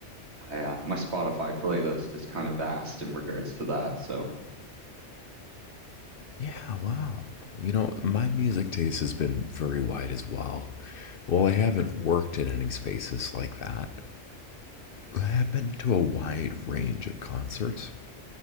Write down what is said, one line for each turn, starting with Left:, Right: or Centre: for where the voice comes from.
Right: I, uh, my Spotify playlist is kind of vast in regards to that. So
Left: Yeah, wow. You know, my music taste has been very wide as well. While I haven't worked in any spaces like that, I have been to a wide range of concerts,